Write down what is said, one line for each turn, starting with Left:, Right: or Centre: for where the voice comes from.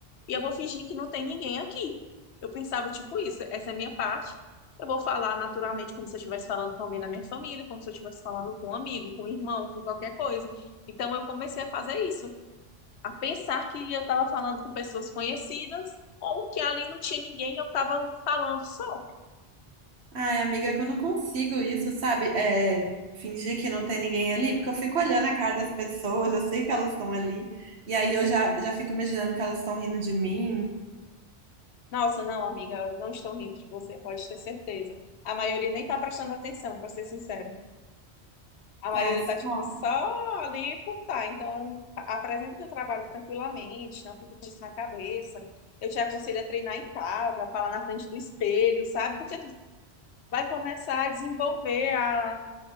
Left: e eu vou fingir que não tem ninguém aqui. Eu pensava, tipo, isso, essa é a minha parte. Eu vou falar naturalmente, como se eu estivesse falando com alguém da minha família, como se eu estivesse falando com um amigo, com um irmão, com qualquer coisa. Então, eu comecei a fazer isso, a pensar que eu estava falando com pessoas conhecidas ou que ali não tinha ninguém, eu estava falando só.
Right: Ai, amiga, é que eu não consigo isso, sabe? É, fingir que não tem ninguém ali, porque eu fico olhando a cara das pessoas, eu sei que elas estão ali, e aí eu já, já fico imaginando que elas estão rindo de mim.
Left: Nossa, não, amiga, elas não estão rindo de você, pode ter certeza. A maioria nem tá prestando atenção, para ser sincera. A maioria
Right: Ai, sei
Left: tá, tipo,
Right: lá.
Left: só ali por tá. Então, a- apresenta o teu trabalho tranquilamente, não fica com isso na cabeça. Eu te aconselho a treinar em casa, a falar na frente do espelho, sabe? Porque tu vai começar a desenvolver a,